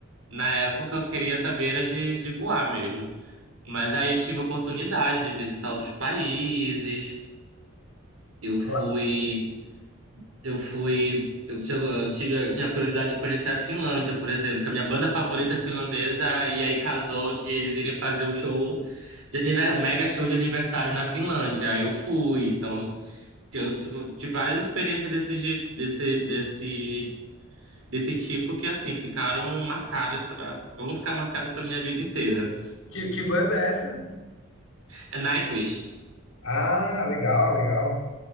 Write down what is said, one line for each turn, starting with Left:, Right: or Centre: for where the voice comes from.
Right: na época eu queria saber era de, de voar mesmo. Mas aí eu tive a oportunidade de visitar outros países. Eu fui,
Left: Lá.
Right: eu fui, eu, tinha- eu tive, eu tinha curiosidade de conhecer a Finlândia, por exemplo, que a minha banda favorita é finlandesa, e aí casou de eles irem fazer um show de aniversário, um mega show de aniversário na Finlândia. Aí eu fui, então. Eu tipo, tive várias experiências desse, jeito- desse, desse, desse tipo que, assim, ficaram marcadas pra, vão ficar marcadas pra minha vida inteira.
Left: Que, que banda é essa?
Right: É Nightwish,
Left: Ah, legal, legal.